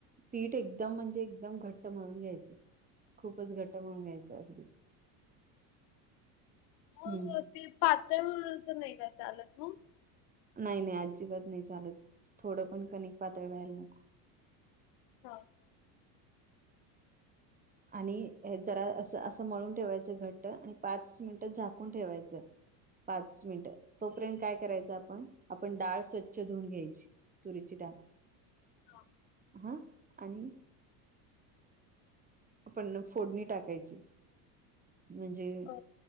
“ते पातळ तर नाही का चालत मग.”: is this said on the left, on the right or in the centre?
Left